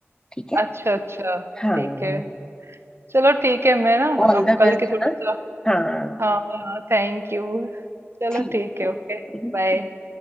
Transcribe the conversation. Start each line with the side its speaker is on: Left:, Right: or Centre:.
Left: ठीक है
Right: अच्छा अच्छा
Left: हाँ
Right: ठीक है चलो ठीक है मैं ना
Left: ऑल
Right: अब
Left: द
Right: कल
Left: बेस्ट
Right: की थोड़ा
Left: है ना
Right: सा
Left: हाँ
Right: हाँ थैंक यू चलो
Left: ठीक
Right: ठीक है
Left: है
Right: ओके
Left: ओके
Right: बाय